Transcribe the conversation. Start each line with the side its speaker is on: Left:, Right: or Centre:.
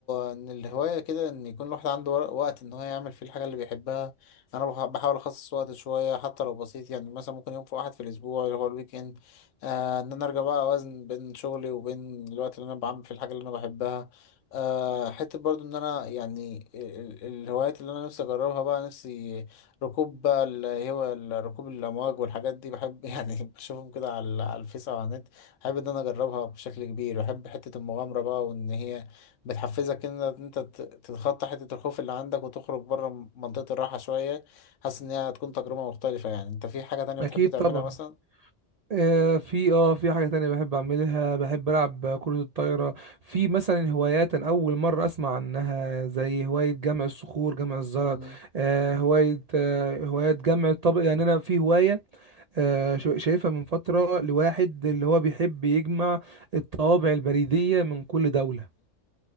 Left: آه، ان الهواية كده ان يكون الواحد عنده ور- وقت ان هو يعمل فيه الحاجة اللي بيحبها انا بح- بحاول اخصص وقت شوية حتى لو بسيط يعني مثلا ممكن يوم في واحد في الاسبوع اللي هو الويكند آه ان انا ارجع بقى اوازن بين شغلي وبين الوقت اللي انا بعمل فيه الحاجة اللي انا بحبها آه حتة برضه ان انا يعني ال- ال- الهوايات اللي انا نفسي اجربها بقى نفسي ركوب بقى اللي هو ال- ركوب الامواج والحاجات دي بحب <laughs> يعني بشوفهم كده على على الفيس او على النت بحب ان انا اجربها بشكل كبير بحب حته المغامره بقى وان هي بتحفزك ان انت ت- تتخطى حته الخوف اللي عندك وتخرج بره منطقه الراحه شويه حاسس ان هي هتكون تجربه مختلفه يعني انت في حاجه تانية بتحب
Right: اكيد
Left: تعملها
Right: طبعا
Left: مثلا
Right: آه في اه في حاجة تانية بحب اعملها بحب العب كرة الطايرة في مثلا هوايات أنا اول مرة اسمع عنها زي هواية جمع الصخور جمع الزلط
Left: مم.
Right: آه هواية آه هواية جمع الطبق يعني انا في هواية آه شا- شايفها من فترة لواحد اللي هو بيحب يجمع الطوابع البريدية من كل دولة